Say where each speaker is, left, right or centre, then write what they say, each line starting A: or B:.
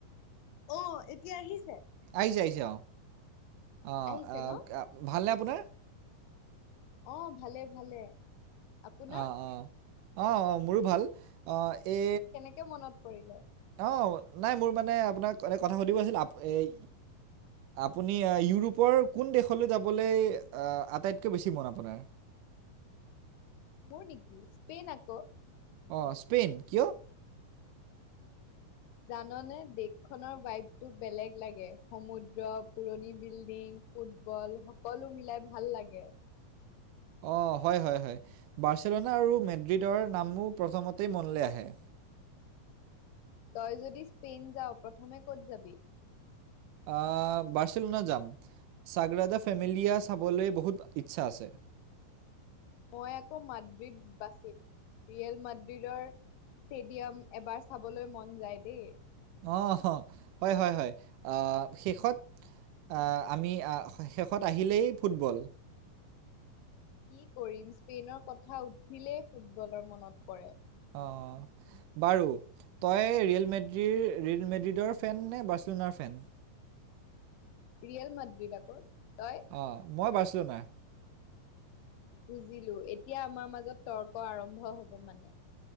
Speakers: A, on the left (about 85°); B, on the right (about 80°).
A: অ এতিয়া আহিছে।
B: আহিছে আহিছে অ, অ
A: আহিছে
B: অ
A: ন
B: কা ভালনে আপুনাৰ?
A: অ ভালে ভালে। আপোনাৰ
B: অঁ অঁ, অঁ অঁ মোৰো ভাল অঁ এ
A: এতিয়া মনত পৰিলে?
B: অ', নাই মোৰ মানে আপোনাক এনে কথা সুধিব আছিল আপ এই আপুনি ইউৰোপৰ কোন দেশলৈ যাবলৈ আ আটাইতকৈ বেছি মন আপোনাৰ?
A: মোৰ নেকি স্পেইন আকৌ।
B: অ', স্পেইন, কিয়?
A: জাননে দেশখনৰ ভাইপটো বেলেগ লাগে সমুদ্ৰ পুৰণি বিল্ডিং। ফুটবল সকলো মিলাই ভাল লাগে।
B: অ', হয় হয় হয় বাৰ্চেলনা আৰু মেড্ৰিডৰ নাম মোৰ প্ৰথমতেই মনলৈ আহে।
A: তই যদি স্পেইন যাৱ প্ৰথমে ক'ত যাবি?
B: আহ বাৰ্চেলনা যাম। চাগ্ৰাদা ফেমিলীয়া চাবলৈ বহুত ইচ্ছা আছে।
A: মই আকৌ মাদ্ৰিদ বাচিম ৰিয়েল মাদ্ৰিদৰ ষ্টেডিয়াম এবাৰ চাবলৈ মন যায় দেই।
B: অ', হয় হয় হয় আ শেষত আ আমি আ শেষত আহিলেই ফুটবল।
A: কি কৰিম স্পেইনৰ কথা উঠিলেই ফুটবলৰ মনত পৰে।
B: অ'। বাৰু তই ৰিয়েল মেড্ৰি ৰিয়েল মেড্ৰিডৰ ফেন নে বাৰ্চলিনৰ ফেন?
A: ৰিয়েল মাদ্ৰিক আকৌ তই?
B: অ', মই বাৰ্চলিনৰ।
A: বুজিলো এতিয়া আমাৰ মাজত তৰ্ক আৰম্ভ হ'ব মানে।